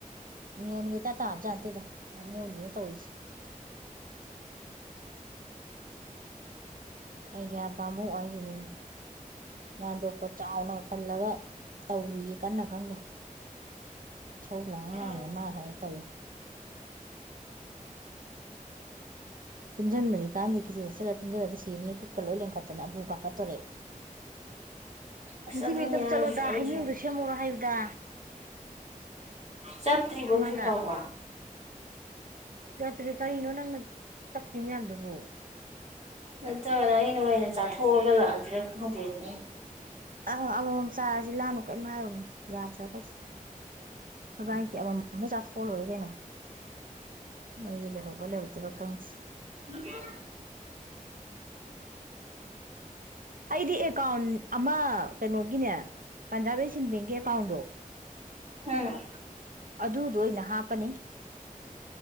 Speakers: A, on the right; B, on the right.
A: ꯃꯦꯟꯒ ꯏꯇꯥ ꯇꯥꯕ ꯖꯥꯥꯠ ꯅꯠꯇꯦꯗ ꯕꯃꯣꯟꯁꯤꯅ ꯇꯧꯔꯤꯁꯦ ꯑꯩꯗꯤ ꯑꯕ꯭ꯔꯥꯃꯨꯛ ꯍꯥꯏꯁꯤꯅꯤꯅꯦ ꯃꯟꯇꯣꯞꯀ ꯆꯥꯎꯅ ꯈꯜꯂꯒ ꯇꯧꯔꯤꯌꯦ ꯀꯟꯅ ꯈꯪꯗꯦ ꯁꯧ ꯂꯥꯡ
B: ꯎꯝ
A: ꯂꯥꯡꯂꯦ ꯃꯥ ꯍꯥꯏꯦ ꯇꯧꯋꯦ ꯇꯨꯝꯁꯤꯟꯕꯁꯝ ꯀꯥꯟꯗꯦ ꯈꯧꯁꯤ ꯆꯦꯁꯤꯜꯂ ꯇꯨꯝꯁꯤꯜꯂꯒ ꯁꯤꯔꯅꯤ ꯄꯨꯛꯀ ꯂꯣꯏ ꯂꯦꯟꯈꯠꯇꯅ ꯑꯕꯨ ꯀꯥꯈꯠꯇꯣꯔꯦ
B: ꯑꯁ
A: ꯅꯤꯡꯊꯤꯕꯤ
B: ꯑꯗꯨꯅꯦ
A: ꯗꯞ
B: ꯍꯥꯏꯁꯦ
A: ꯆꯠꯂꯣꯗ
B: ꯑꯩꯁꯨ
A: ꯍꯩꯅꯤꯡꯒꯗꯣ ꯁꯦꯝꯃꯨꯔꯣ ꯍꯥꯏꯌꯨꯗꯥ
B: ꯆꯠꯇ꯭ꯔꯤꯕꯣ
A: ꯅꯃꯥꯗ
B: ꯍꯧꯖꯤꯛ ꯐꯥꯎꯕ
A: ꯆꯠꯇ꯭ꯔꯤ ꯀꯔꯤꯅꯣ ꯅꯪꯅ ꯆꯞꯄꯤ ꯃꯌꯥꯝꯗꯨꯕꯨ
B: ꯅꯠꯇ꯭ꯔꯒꯅ ꯑꯩꯅ ꯑꯣꯏꯅ ꯆꯥꯊꯣꯛꯑꯒ ꯂꯥꯛꯑꯖꯤꯔꯥ ꯈꯪꯗꯦꯅꯦ
A: ꯑꯪ ꯑꯃꯃꯝ ꯁꯥꯔꯁꯤ ꯂꯥꯟꯅꯨ ꯀꯔꯤꯝ ꯍꯥꯏꯔꯨꯅꯣ ꯌꯥꯗ꯭ꯔꯒꯗꯤ ꯈꯣꯏꯕꯥꯅꯤꯒꯤ ꯑꯃꯃꯝ ꯆꯥꯊꯣꯛꯑ ꯂꯣꯏꯔꯦ ꯀꯩꯅꯣ ꯅꯣꯏꯒꯤ ꯂꯩꯍꯧꯕ ꯂꯩꯍꯧꯗꯕ ꯈꯪꯗꯦ
B: <unintelligible>
A: ꯑꯩꯗꯤ ꯑꯦꯀꯥ꯭ꯎꯟ ꯑꯃ ꯀꯩꯅꯣꯒꯤꯅꯦ ꯄꯟꯖꯥꯕꯤ ꯁꯤꯟ ꯕꯦꯡꯀꯤ ꯑꯦꯀꯥ꯭ꯎꯟꯗꯣ
B: ꯎꯝ
A: ꯑꯗꯨꯗꯣ ꯑꯣꯏꯅ ꯍꯥꯞꯄꯅꯤ